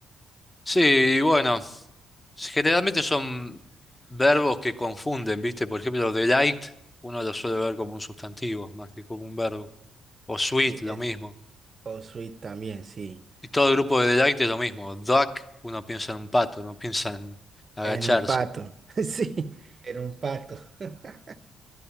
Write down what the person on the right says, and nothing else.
Sí,
es.
O Sweet también, sí.
En un pato, <laughs> sí, en un pato. <laughs>